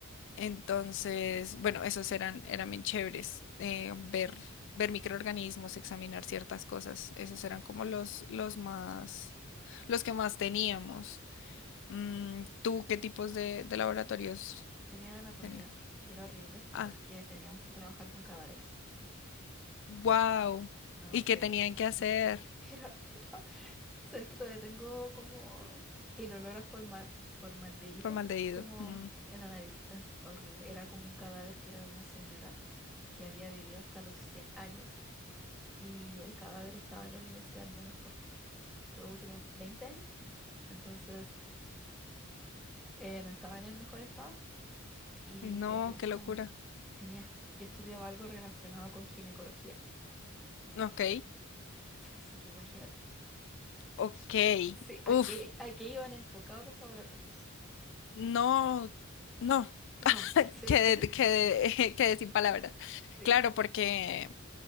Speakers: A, on the left; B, in the centre.
A: Entonces, bueno, esos eran, eran bien chéveres, eh, ver, ver microorganismos, examinar ciertas cosas, esos eran como los, los más, los que más teníamos. Mm, ¿tú qué tipos de, de laboratorios
B: Yo tenía de anatomía
A: tenías?
B: y era horrible
A: Ah,
B: porque teníamos que trabajar con cadáveres.
A: wow.
B: No,
A: ¿Y qué
B: era...
A: tenían que hacer?
B: <laughs> Era... era... ¿Sabes que todavía tengo como el olor a formal, formaldehído?
A: Formaldehído.
B: Así como
A: Mm,
B: en la nariz. Es horrible. Era como un cadáver que era de una señora que había vivido hasta los 100 años y el cadáver estaba en la universidad al menos por de los últimos 20 años. Entonces, eh, no estaba en el mejor estado y
A: no,
B: tenías
A: qué
B: con,
A: locura.
B: tenías, yo estudiaba algo relacionado con ginecología.
A: Ok,
B: Así que imagínate.
A: ok.
B: Sí, a
A: Uf,
B: qué, a qué iban enfocados los laboratorios.
A: no,
B: Sí.
A: no.
B: No,
A: <laughs>
B: sí,
A: Quedé,
B: <laughs>
A: quedé, <laughs> quedé sin palabras.
B: sí,
A: Claro, porque